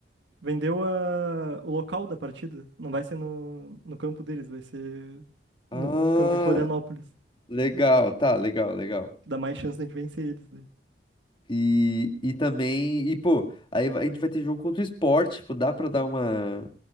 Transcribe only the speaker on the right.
Vendeu a- o local da partida. Não vai ser no, no campo deles, vai ser
no campo em Florianópolis.
Dá mais chance da gente vencer eles. né?